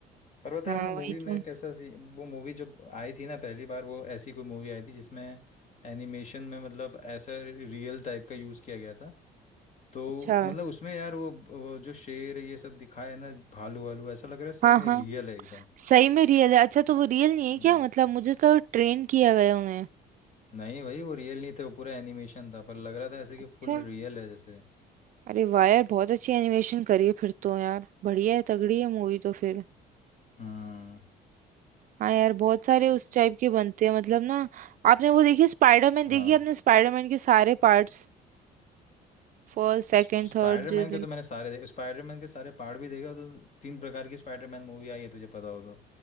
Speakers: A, on the left (about 45°); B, on the right (about 50°).
A: पर पता
B: हाँ
A: है वो मूवी
B: वही
A: में
B: तो
A: कैसा सी वो मूवी जब आई थी ना पहली बार वो ऐसी कोई मूवी आई थी जिसमें एनिमेशन में मतलब ऐसा रियल टाइप का यूज़ किया गया था तो
B: अच्छा
A: मतलब उसमें यार वो, वो जो शेर ये सब दिखाया है ना भालू वालू ऐसा लग रहा है सही
B: हाँ
A: में
B: हाँ
A: रियल है एकदम
B: सही में रियल है अच्छा तो वो रियल नहीं है
A: हम्म
B: क्या मतलब मुझे तो ट्रेन किया गया उन्हें
A: नहीं भाई वो रियल नहीं थे वो पूरा एनिमेशन था पर लग रहा था ऐसे कि
B: अच्छा
A: फुल रियल है जैसे
B: अरे वाह यार बहुत अच्छी एनिमेशन करी है फिर तो यार बढ़िया है तगड़ी है मूवी तो फिर
A: हम्म
B: हाँ यार बहुत सारे उस टाइप के बनते हैं मतलब ना आपने वो देखी स्पाइडरमैन
A: हाँ।
B: देखी है? आपने स्पाइडरमैन के सारे पार्ट्स फर्स्ट सेकंड
A: स्प- स्पाइडरमैन
B: थर्ड जो
A: के तो मैंने सारे देखे स्पाइडरमैन के सारे पार्ट भी देखे हो तो तीन प्रकार की स्पाइडरमैन मूवी आई है तुझे पता हो तो